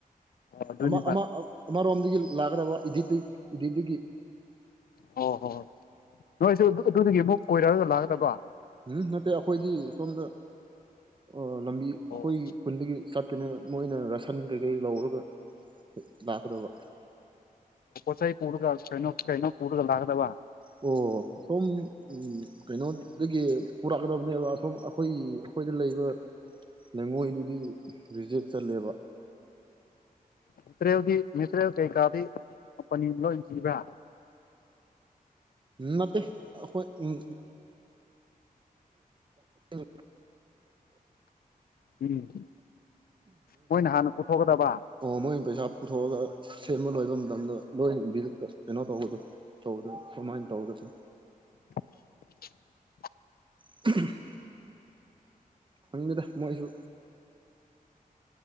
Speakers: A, on the left; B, on the right.
A: ꯑꯗꯨꯅꯦꯕ
B: ꯑꯃ ꯑꯃ ꯑꯃꯔꯣꯝꯗꯒꯤ ꯂꯥꯛꯀꯗꯕ ꯏꯗꯤꯗꯤ ꯏꯗꯤꯗꯤꯒꯤ
A: ꯑꯣ ꯍꯣ ꯍꯣ ꯅꯣꯏꯁꯨ ꯑꯗꯨ ꯑꯗꯨꯗꯒꯤ ꯑꯃꯨꯛ ꯀꯣꯏꯔꯛꯑꯒ ꯂꯥꯛꯀꯗꯕ
B: ꯎꯝ ꯅꯠꯇꯦ ꯑꯩꯈꯣꯏꯗꯤ ꯁꯣꯝꯗ ꯑꯣ ꯂꯝꯕꯤ ꯑꯩꯈꯣꯏ
A: ꯑꯣ
B: ꯈꯨꯟꯗꯒꯤ ꯆꯠꯀꯅꯤ ꯃꯣꯏꯅ ꯔꯁ ꯐꯟ ꯀꯩꯀꯩ ꯂꯧꯔꯒ ꯂꯥꯛꯀꯗꯕ
A: ꯄꯣꯠ ꯆꯩ ꯄꯨꯔꯒ ꯀꯩꯅꯣ ꯀꯩꯅꯣ ꯄꯨꯔꯒ ꯂꯥꯛꯀꯗꯕ
B: ꯑꯣ ꯁꯣꯝ ꯀꯩꯅꯣꯗꯒꯤ ꯄꯨꯔꯛꯀꯗꯕꯅꯦꯕ ꯑꯁꯣꯝ ꯑ ꯑꯩꯈꯣꯏꯒꯤ ꯑꯩꯈꯣꯏꯗ ꯂꯩꯕ ꯂꯩꯉꯣꯏꯗꯨꯗꯤ ꯔꯤꯖꯦꯛ ꯆꯠꯂꯦꯕ
A: ꯃꯦꯠꯇ꯭ꯔꯦꯜꯗꯤ ꯃꯦꯠꯇ꯭ꯔꯦꯜ ꯀꯦꯀꯥꯗꯤ ꯀꯝꯄꯅꯤꯅ ꯂꯣꯏ ꯄꯤꯕ꯭ꯔ
B: ꯅꯠꯇꯦ ꯑꯩꯈꯣꯏ ꯎꯝ <unintelligible>
A: ꯎꯝ ꯃꯣꯏꯅ ꯍꯥꯟꯅ ꯄꯨꯊꯣꯛꯀꯗꯕ
B: ꯑꯣ ꯃꯣꯏꯅ ꯄꯩꯁꯥ ꯄꯨꯊꯣꯛꯑꯒ ꯁꯦꯝꯕ ꯂꯣꯏꯕ ꯃꯇꯝꯗ ꯂꯣꯏ ꯕꯤꯜ ꯀꯩꯅꯣ ꯇꯧꯕꯗꯣ ꯇꯧꯗꯣꯏ ꯀꯃꯥꯏ ꯇꯧꯗꯣꯏꯁꯤ
A: <unintelligible>
B: <unintelligible> ꯐꯪꯗꯦꯗ ꯃꯣꯏꯁꯨ